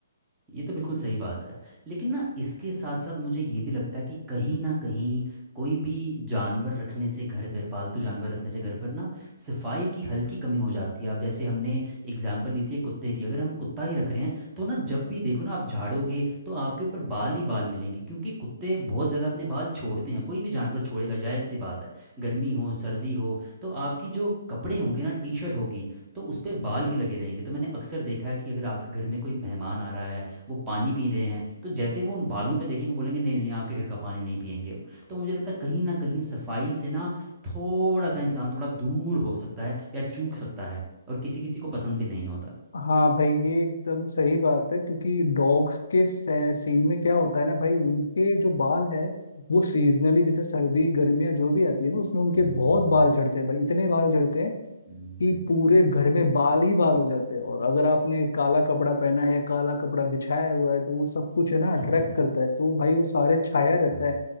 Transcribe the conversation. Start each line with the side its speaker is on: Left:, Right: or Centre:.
Right: ये तो बिल्कुल सही बात है लेकिन ना इसके साथ साथ मुझे ये भी लगता है कि कहीं ना कहीं कोई भी जानवर रखने से घर पर पालतू जानवर रखने से घर पर ना सफाई की हल्की कमी हो जाती है अब जैसे हमने एग्जाम्पल ली थी एक कुत्ते की अगर हम कुत्ता ही रख रहे हैं तो ना जब भी देखो ना आप झाड़ोगे तो आपके ऊपर बाल ही बाल मिलेंगे क्योंकि कुत्ते बहुत ज़्यादा अपने बाल छोड़ते हैं कोई भी जानवर छोड़ेगा जायज़ सी बात है गर्मी हो सर्दी हो तो आपकी जो कपड़े होंगे ना टी शर्ट होगी तो उस पर बाल ही लगे रहेंगे तो मैंने अक्सर देखा है कि अगर आपके घर में कोई मेहमान आ रहा है वो पानी पी रहे हैं तो जैसे वो उन बालों पे देखेंगे बोलेंगे नहीं नहीं आपके घर का पानी नहीं पियेंगे हम तो मुझे लगता है कहीं ना कहीं सफाई से ना थोड़ा सा इंसान थोड़ा दूर हो सकता है या चूक सकता है और किसी किसी को पसंद भी नहीं होता
Left: हाँ भाई ये एकदम सही बात है क्योंकि डॉग्स के से- सीन में क्या होता है ना भाई उनके जो बाल है वो सीजनली जैसे सर्दी गर्मियाँ जो भी आती है ना उसमें उनके
Right: हम्म,
Left: बहुत बाल झड़ते हैं भाई इतने बाल झड़ते हैं
Right: हम्म,
Left: कि
Right: हम्म,
Left: पूरे घर में बाल ही बाल हो जाते हैं और अगर आपने काला कपड़ा पहना है या काला कपड़ा बिछाया हुआ है तो वो सब कुछ है
Right: <laughs>
Left: ना अट्रैक्ट करता है तो भाई वो सारे छाया रहता
Right: हाँ
Left: है